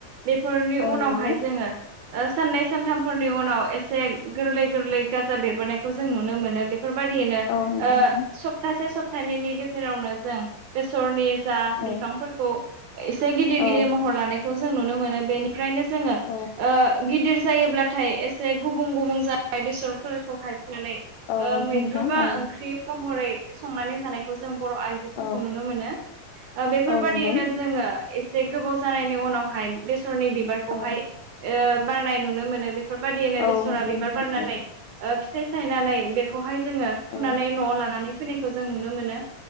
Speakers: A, on the right; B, on the left.
A: बेफोरनि
B: औ
A: उनावहाय
B: नंगौ
A: जोङो ओ साननै-सानथामफोरनि उनाव एसे गोरलै-गोरलै गाजा बेरबोनायखौ जों नुनो मोनो बे बेफोरबायदियैनो
B: औ नंगौ
A: ओ
B: नोंथां
A: सप्तासे सप्तानैनि गेजेरावनो जों बेसरनि। जा
B: औ
A: बिफांफोरखौ एसे गिदिर
B: औ
A: गिदिर महर लानायखौ जों नुनो मोनो बेनिफ्रायनो जोङो। ओ
B: औ
A: गिदिर जायोब्लाथाय एसे गुबुं गुबुं जानाय बेसरफोरखौहाय। नानै
B: औ
A: ओ
B: नंगौ
A: मैद्रु
B: नोंथां
A: बा
B: औ
A: ओंख्रि महरै संनानै जानायखौ जों। जों बर' आइजोफोरखौ
B: औ
A: नुनो मोनो ओ बेफोरबायदियैनो
B: औ नंगौ
A: जोङो। जे गोबाव जानायनि उनावहाय बेसरनि बिबारखौहाय
B: औ
A: ओ बारनाय नुनो मोनो बे। बेफोरबायदियैनो
B: औ
A: बेसरा
B: नंगौ
A: बिबार
B: नोंथां
A: बारनानै।
B: औ
A: ओ फिथाइ थायनानै बेखौहाय जोङो फुनानै
B: औ
A: न'आव लानानै। फैनायखौ जों नुनो मोनो